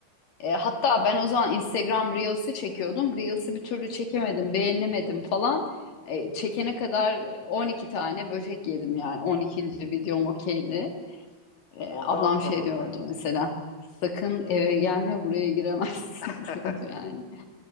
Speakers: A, on the left; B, on the left.
A: E, hatta ben o zaman Instagram Reels'i çekiyordum. Reels'i bir türlü çekemedim, beğenemedim falan. E, çekene kadar 12 tane böcek yedim yani. on ikinci videom okeydi. E,
B: onda
A: ablam
B: atmadın
A: şey diyordu
B: mı?
A: mesela. Sakın eve gelme buraya giremezsin
B: <laughs>
A: <laughs> diyordu yani.